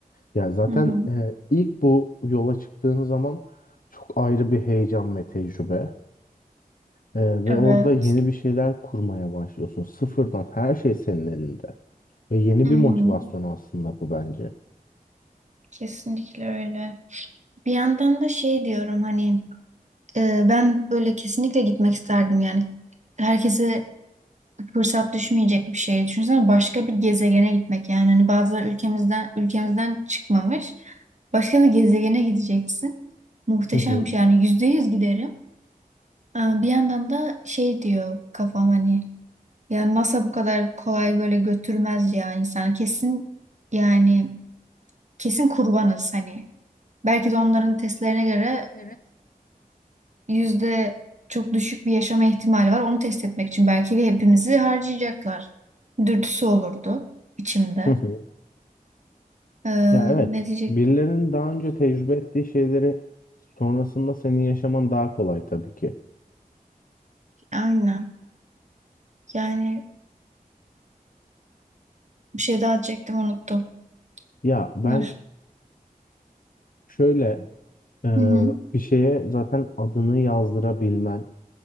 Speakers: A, on the left; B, on the right.
A: Ya zaten
B: Hı hı.
A: e, ilk bu yola çıktığın zaman çok ayrı bir heyecan ve tecrübe. E, ve
B: Evet.
A: orada yeni bir şeyler kurmaya başlıyorsun. Sıfırdan her şey senin elinde. Ve yeni
B: Hı hı.
A: bir motivasyon aslında bu bence.
B: Kesinlikle öyle. Bir yandan da şey diyorum hani e, ben böyle kesinlikle gitmek isterdim yani. Herkese fırsat düşmeyecek bir şey. Düşünsene başka bir gezegene gitmek yani hani bazıları ülkemizden ülkemizden çıkmamış. Başka bir gezegene gideceksin. Muhteşem
A: Hı hı.
B: bir şey yani yüzde yüz giderim. Aa, Bir yandan da şey diyor kafam hani ya NASA bu kadar kolay böyle götürmez ya insan kesin yani kesin kurbanız hani. Belki de onların testlerine göre
A: Evet.
B: yüzde çok düşük bir yaşama ihtimali var. Onu test etmek için belki ve hepimizi harcayacaklar. Dürtüsü olurdu içimde.
A: Hı hı.
B: Ee,
A: Ya evet,
B: ne diyecektim?
A: birilerinin daha önce tecrübe ettiği şeyleri sonrasında senin yaşaman daha kolay tabii ki.
B: Aynen. Yani bir şey daha diyecektim unuttum.
A: Ya ben
B: Dur.
A: şöyle Ee,
B: Hı hı.
A: bir şeye zaten adını yazdırabilmen